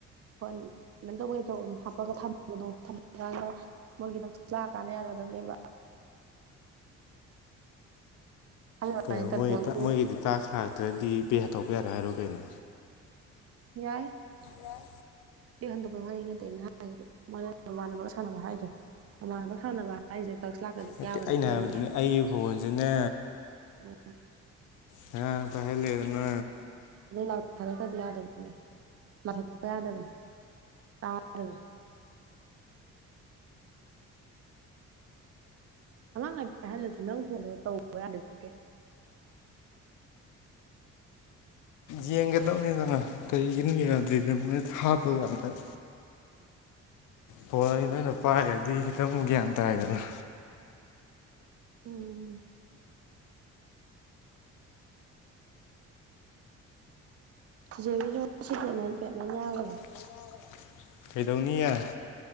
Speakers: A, on the right; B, on the left.
A: ꯐꯣꯟ <unintelligible> ꯍꯥꯞꯄꯒ ꯊꯝꯕꯗꯣ ꯊꯝꯃꯀꯥꯟꯗ꯫ ꯃꯣꯏꯒꯤꯗ <unintelligible> ꯀꯥꯟꯅ ꯌꯥꯅꯗꯝꯅꯦꯕ꯫ ꯍꯥꯏꯕꯩ
B: ꯀꯩꯅꯣ
A: ꯋꯥꯅꯤ ꯇꯠꯐꯣꯟꯗꯨ
B: ꯃꯣꯏ ꯇꯥ ꯃꯣꯏꯒꯤꯗꯤ ꯇꯥꯛꯁ ꯂꯥꯛꯇ꯭ꯔꯗꯤ ꯄꯦ ꯇꯧꯕ ꯌꯥꯔꯣꯏ ꯍꯥꯏꯔꯣ ꯀꯩꯅꯣ꯫
A: ꯌꯥꯏ꯫
B: ꯌꯥꯢ꯫
A: ꯍꯟꯗꯣꯛꯄꯩ ꯋꯥꯍꯩ ꯅꯠꯇꯩꯅ ꯍꯥꯏꯖꯤꯗꯤ ꯃꯃꯥꯟꯅꯕ ꯁꯥꯟꯅꯕ ꯍꯥꯏꯗꯣ ꯃꯃꯥꯟꯅꯕ ꯁꯥꯟꯅꯕ ꯍꯥꯢꯖꯦ ꯇꯥꯛꯁ ꯂꯥꯛꯀꯗꯤ
B: ꯅꯠꯇꯦ
A: ꯌꯥꯕ
B: ꯑꯩꯅ
A: ꯅꯠꯇꯦꯗꯅ
B: ꯍꯥꯏꯕꯗꯤꯅꯦ ꯑꯩꯒꯤ ꯐꯣꯟꯁꯤꯅꯦ
A: ꯎ
B: ꯀꯅꯥꯅꯣ ꯄꯥꯢꯍꯜꯂꯛꯏꯗꯨꯅ꯫
A: ꯑꯗꯣ ꯂꯥꯎꯠ ꯊꯥꯗꯣꯛꯇꯗꯤ ꯌꯥꯗꯕꯅꯦ ꯂꯥꯠ ꯊꯗꯣꯛꯄ ꯌꯥꯗꯕꯅꯦ ꯇꯥꯗꯕꯅꯦ꯫ ꯑꯉꯥꯡ ꯍ <unintelligible> ꯜꯂꯁꯨ ꯅꯪ ꯐꯣꯟꯗꯣ ꯇꯧꯕ ꯌꯥꯔꯗꯗꯤ ꯀꯩ
B: ꯌꯦꯡꯒꯗꯕꯅꯤꯗꯅ ꯀꯔꯤꯒꯤꯅꯣ ꯌꯥꯗ꯭ꯔꯤꯁꯦ ꯃꯣꯏꯗ ꯍꯥꯞꯄꯒ ꯑꯝꯇꯪ ꯐꯣꯟ ꯑꯅꯤ ꯅꯣꯏꯅ ꯄꯥꯏꯔꯗꯤ ꯈꯤꯇꯪ ꯒ꯭ꯌꯥꯟ ꯇꯥꯏꯗꯅ꯫
A: ꯎꯝ꯫ ꯖꯤꯖꯦꯒꯤꯁꯨ ꯉꯁꯤ ꯄꯦꯃꯦꯟ ꯄꯦꯃꯦꯟꯠ ꯌꯥꯈꯔꯦ꯫
B: <inaudible> ꯀꯩꯗꯧꯅꯤ ꯌ°꯫